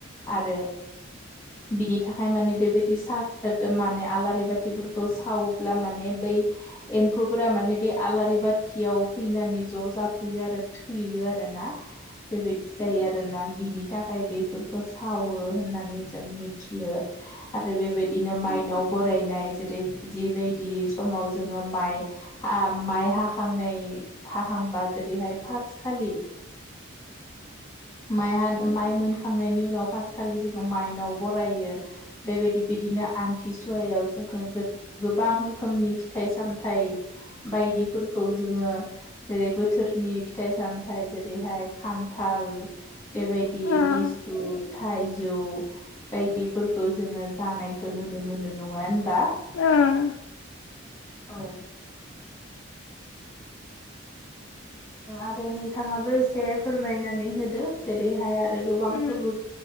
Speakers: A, on the left (about 15°); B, on the left (about 80°).
A: आरो बिनि थाखाय माने बेबायदि सा माने आलारि बाथिफोरखौ सावोब्ला माने ब एम्फौफोरा माने बे आलारि बाथियाव फैनानै ज जाफैयो आरो थैयो आरो ना बेबायदि जायो आरोना बिनि थाखाय बेफोरखौ सावो होननानै जों मियो आरो बेबायदिनो मनाव बरायनाय जेरै जिबायदि समाव जोङो माइ माइ हाखांनाय फाहांबा जेरैहाय फास्ट खालि माइ हानो माइ मोन थांनायनि उनाव फास्ट खालि जोङो माइनाव बरायो बेबायदि बिदिनो आमथिसुवायाव जों गोबां रोखोमनि फिथाइ सामथाइ बायदिफोरखौ जोङो जेरै बोथोरनि फिथाइ सामथायाइ जेरैहाय खान्थाल बेबायदि
B: ओं
A: लिसु थाइजौ बायदिफोरखौ जोङो जानायखौ नुनो मोनो नङा होनबा
B: ओं
A: औ आरो नोंथाङाबो एसे फोरमायनानै होदो जेरैहाय आरो गोबां
B: ओं
A: फोरबो